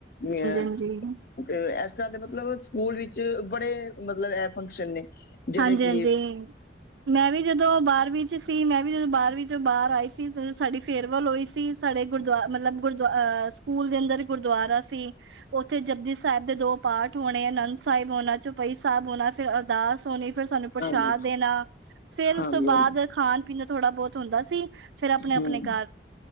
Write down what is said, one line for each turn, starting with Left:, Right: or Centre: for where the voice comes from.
Left: ਅ
Right: ਹਾਂਜੀ
Left: ਤੇ, ਇਸ ਤਰ੍ਹਾਂ ਦੇ, ਮਤਲਬ ਸਕੂਲ ਵਿੱਚ, ਬੜੇ ਮਤਲਬ ਐ ਫੰਕਸ਼ਨ ਨੇ। ਜਿਹੜੇ
Right: ਹਾਂਜੀ
Left: ਕਿ
Right: -ਹਾਂਜੀ, ਮੈਂ ਵੀ ਜਦੋਂ ਬਾਹਰਵੀਂ ਚ ਸੀ, ਮੈਂ ਵੀ ਜਦੋਂ ਬਾਹਰਵੀਂ ਚ ਬਾਹਰ ਆਈ ਸੀ ਜਦੋਂ ਸਾਡੀ ਫੇਅਰਵੈੱਲ ਹੋਈ ਸੀ। ਸਾਡੇ ਗੁਰਦੁਆ ਮਤਲਬ ਗੁਰਦੁਆ ਸਕੂਲ ਦੇ, ਅੰਦਰ ਗੁਰਦੁਆਰਾ ਸੀ। ਉੱਥੇ, ਜਪਦੀ ਸਾਹਿਬ ਦੇ ਦੋ ਪਾਠ ਹੋਣੇ, ਆਨੰਦ ਸਾਹਿਬ ਹੋਣਾ, ਚੌਪਈ ਸਾਹਿਬ ਹੋਣਾ, ਫਿਰ ਅਰਦਾਸ ਹੋਣੇ, ਫਿਰ ਸਾਨੂੰ ਪ੍ਰਸ਼ਾਦ
Left: ਹਾਂਜੀ
Right: ਦੇਣਾ, ਫੇਰ
Left: ਹਾਂਜੀ
Right: ਉਸ ਤੋਂ,
Left: ਹਾਂਜੀ
Right: ਬਾਅਦ ਖਾਣ ਪੀਣ ਦਾ, ਥੋੜਾ ਬਹੁਤ ਹੁੰਦਾ ਸੀ ਫੇਰ ਆਪਣੇ -ਆਪਣੇ
Left: ਹਮ
Right: ਘਰ,